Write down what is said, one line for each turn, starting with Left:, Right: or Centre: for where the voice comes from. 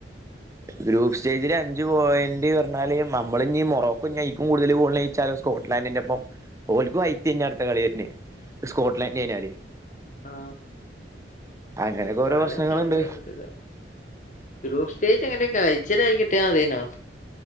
Right: ഗ്രൂപ്പ് സ്റ്റേജില് അഞ്ചു പോയിന്റ് പറഞ്ഞാല് നമ്മളിനി മോറോക്കും നെയ്ക്കും കൂടുതല് <unintelligible> സ്കോഡ്ലാണ്ടിന്റൊപ്പം ഓൽക്കും <unintelligible> അടുത്ത കളി തന്നെ സ്കോഡ്ലാണ്ട് ഞ്ഞാല്
Left: ആ
Right: അങ്ങനെയൊക്കെ ഓരോ
Left: പറ
Right: പ്രശ്നങ്ങളുണ്ട്
Left: <unintelligible> ഗ്രൂപ്പ് സ്റ്റേജ് എങ്ങൻണ്ട് <unintelligible> കൈയിൽ കിട്ടിയാ മതി നോൺ